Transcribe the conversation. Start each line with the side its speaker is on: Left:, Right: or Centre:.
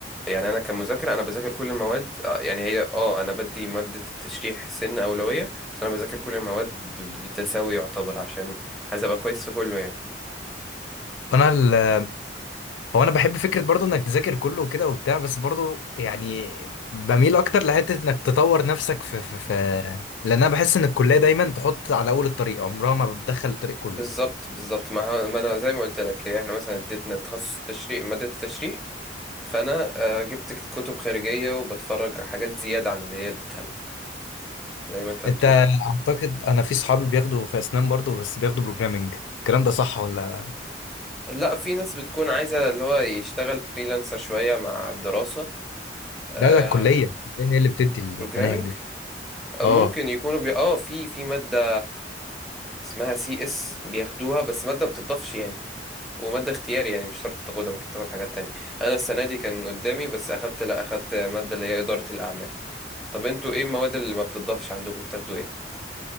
Centre: يعني انا كمذاكرة انا بذاكر كل المواد آه، يعني هي اه انا بدي مادة التشريح سن اولوية بس انا بذاكر كل المواد ب- بتساوي يعتبر عشان عايز ابقى كويس في كله يعني
Left: وانا ال- هو انا بحب فكره برضو انك تذاكر كله وكده وبتاع بس برضو يعني بميل اكتر لحته انك تطور نفسك في في في لان انا بحس ان الكليه دايما تحط على اول الطريق عمرها ما بتدخل الطريق كله
Centre: بالظبط بالظبط ما, ه- ما انا زي ما قلت لك هي احنا مثلا اديتنا تخصص تشريح مادة التشريح فانا آه، جبت كتب خارجيه وبتفرج على حاجات زياده عن اللي هي اديتها لنا زي ما انت بتقول
Left: انت اعتقد انا في صحابي بياخدوا في اسنان برضو بس بياخدوا بروجرامنج الكلام ده صح ولا
Centre: لا في ناس بتكون عايزه اللي هو يشتغل فريلانسر شويه مع الدراسه آه
Left: لا ده الكليه هي اللي بتدي المناهج
Centre: بروجرامنج
Left: دي
Centre: ممكن
Left: اه
Centre: يكونوا بي... اه في في ماده اسمها سي اس بياخدوها بس ماده بتضافش يعني وماده اختياري يعني مش شرط تاخدها ممكن تاخد حاجات تانية انا السنه دي كان قدامي بس اخدت لا اخدت ماده اللي هي اداره الاعمال طب انتوا ايه المواد اللي ما بتضافش عندكم بتاخدوا ايه